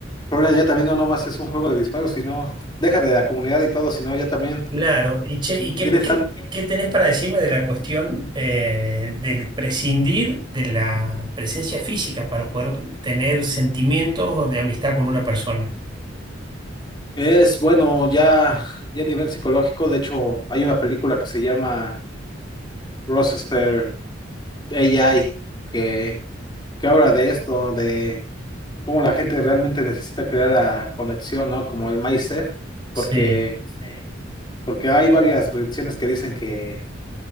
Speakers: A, on the left; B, on the right.
A: Fortnite ya también no nomás es un juego de disparos, sino, deja de la comunidad y todo, sino ya también
B: Claro, y che, ¿y qué,
A: tiene
B: qué,
A: tan...
B: qué tenés para decirme de la cuestión eh, del prescindir de la presencia física para poder tener sentimientos de amistad con una persona?
A: Es bueno, ya, ya a nivel psicológico, de hecho, hay una película que se llama Rochester AI, que, que habla de esto, cómo la gente realmente necesita crear la conexión, ¿no? Como el MySafe,
B: Sí,
A: porque, Sí. porque hay varias predicciones que dicen que,